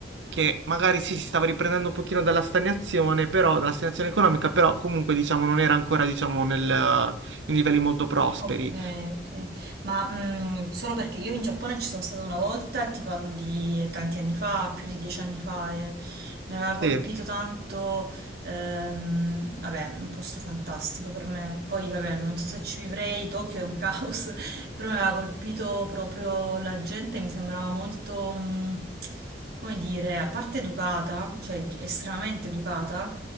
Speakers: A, on the right; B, on the right.
A: che magari sì, si stava riprendendo un pochino dalla stagnazione, però, dalla stagnazione economica, però comunque diciamo, non era ancora diciamo, nel- in livelli molto prosperi.
B: Okay, okay. Ma, mhmm, solo perché io in Giappone ci sono stata una volta e ti parlo di tanti anni fa, più di 10 anni fa e mi aveva colpito
A: Sì.
B: tanto, ehm, vabbè, un posto fantastico per me. Poi vabbè, non so se ci vivrei, Tokyo è un caos, <laughs> però mi aveva colpito proprio la gente, mi sembrava molto, mhmm, come dire, a parte educata, cioè di- estremamente educata,